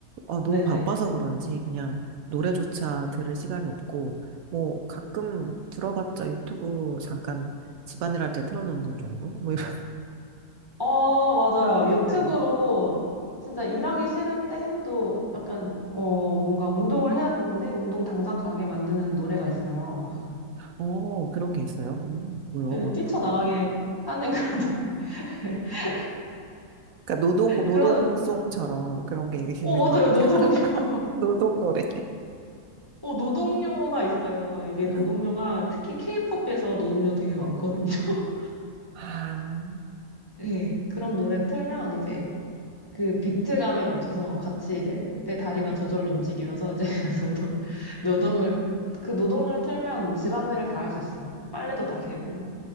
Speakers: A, on the right; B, on the left.
A: 어, 너무
B: 네네.
A: 바빠서 그런지 그냥 노래조차 들을 시간이 없고 뭐 가끔 들어봤자 유튜브 잠깐 집안일 할 때 틀어놓는 정도? 뭐 이런,
B: 어, 맞아요. 유튜브로
A: 네.
B: 진짜 일하기 싫을 때 또 약간, 어, 뭔가 운동을 해야 되는데 운동 당장 가게 만드는 노래가 있어요. <laughs>
A: 어, 그런 게 있어요. 음, 뭐야, 어떤,
B: 예, 뛰쳐나가게 하는 그런 노래. <laughs>
A: 그러니까 노동 노동송처럼
B: 그런,
A: 그런 게
B: 어,
A: 있는 거군요.
B: 맞아요. 노동요.
A: <laughs>
B: <laughs>
A: 노동 노래.
B: 어, 노동요가 있어요. 이게
A: 음.
B: 노동요가 특히 케이팝에서 노동요 되게 많거든요. <laughs>
A: 아,
B: 예, 그런 노래 틀면 이제 그 비트감에 맞춰서 같이 이제 내 다리가 저절로 움직이면서 이제 <laughs> 노동, 노동을, 그 노동력을 틀면 집안일을 다 할 수 있어요. 빨래도 다 개고,